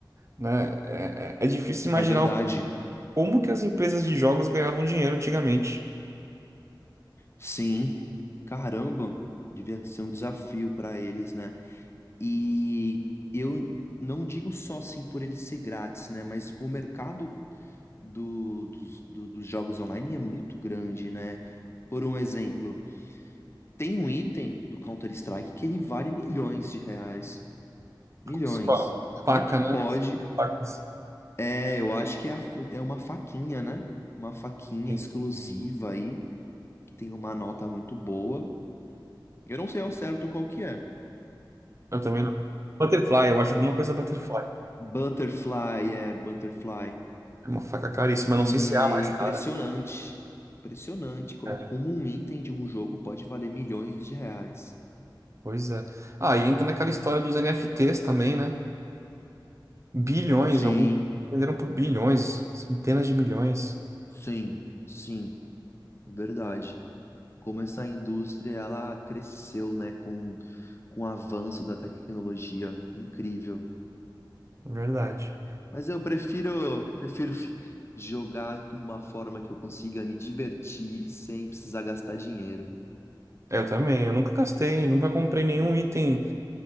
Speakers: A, on the right; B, on the left.
A: né? É, é- é difícil imaginar
B: É verdade.
A: como que as empresas de jogos ganhavam dinheiro antigamente.
B: Sim. Caramba, devia ser um desafio pra eles, né? E eu não digo só assim por ele ser grátis, né? Mas o mercado do- dos, do- dos jogos online é muito grande, né? Por um exemplo, Tem um item do Counter-Strike que ele vale milhões de reais. Milhões.
A: Com a
B: Como
A: Paca,
B: é que pode?
A: né? As Pacas.
B: É, eu acho que é, a- é uma faquinha, né? Uma faquinha
A: Sim.
B: exclusiva aí, que tem uma nota muito boa. Eu não sei ao certo qual que é.
A: Eu também não. Butterfly, eu acho alguma coisa Butterfly.
B: Butterfly, é, Butterfly.
A: É Uma faca caríssima, não
B: E
A: sei se é a mais
B: é impressionante.
A: cara.
B: Impressionante como,
A: É.
B: é, como um item de um jogo pode valer milhões de reais.
A: Pois é. Ah, e entra naquela história dos NFTs também, né? Bilhões,
B: Sim,
A: alguns venderam por bilhões, centenas de milhões.
B: sim, sim, verdade. como essa indústria ela cresceu, né, com, com o avanço da tecnologia. Incrível.
A: É Verdade.
B: Mas eu prefiro, prefiro fi- jogar de uma forma que eu consiga me divertir sem precisar gastar dinheiro.
A: Eu também, eu nunca gastei, nunca comprei nenhum item